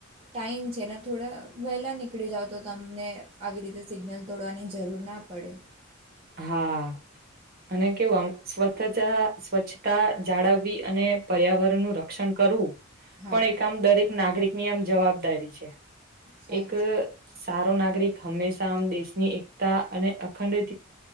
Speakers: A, on the right (about 30°); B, on the right (about 50°).
A: ટાઈમ છેને, થોડા વહેલાં નીકળી જાવ, તો તમને આવી રીતે સિગ્નલ તોડવાની, જરૂર ના પડે કડે
B: હા અને કેવું આમ સ્વચ્છતા, સ્વચ્છતા જાળવવી અને પર્યાવરણનું, રક્ષણ કરુ
A: હા
B: પણ એક આમ દરેક નાગરિકની, આમ જવાબદારી છે.
A: સાચી
B: એક સારો નાગરિક, હંમેશા આમ દેશની એકતા અને અખંડ